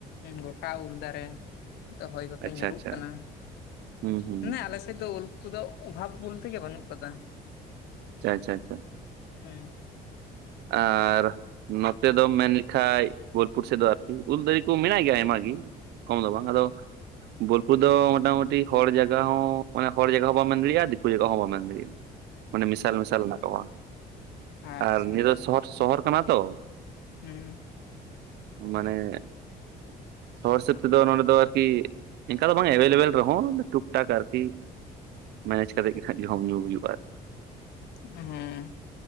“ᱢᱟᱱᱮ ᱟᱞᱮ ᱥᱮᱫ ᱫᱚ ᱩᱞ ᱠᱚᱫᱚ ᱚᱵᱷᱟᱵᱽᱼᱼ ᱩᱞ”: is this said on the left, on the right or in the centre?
Left